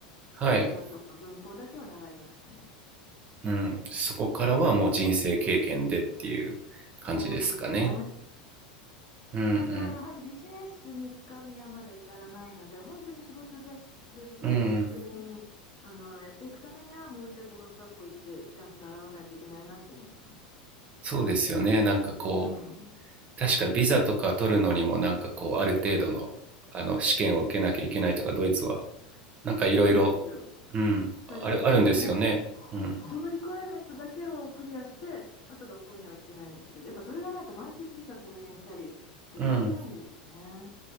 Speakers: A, on the right; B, on the left.
A: はい。
B: 会話とか文法だけは習いましたね。
A: うん、そこからはもう人生経験でっていう感じですかね。
B: そうですね。
A: うん
B: ただ、やはりビジネスに使うにはまだ至らないので、本当に仕事でドイツ人と互角にあのやっていくためには、
A: うん。うん。
B: もう一回語学学校行って、ちゃんと習わないといけないなって思ってます。
A: そうですよね。なんかこう、
B: うん、
A: 確かビザとか取るのにもなんかこう、ある程度の、あの、試験を受けなきゃいけないとか、ドイツは、なんかいろいろ、
B: そうなんですよ、
A: うん、ある、
B: 最低限の。
A: あるんですよね。
B: なんかそ
A: うん。
B: そのリクワイアメントだけをクリアして、あと学校には行ってないんですけど、やっぱそれがないと毎年ビザ更新したり、ちょっとめんどくさいんですよね。
A: うん。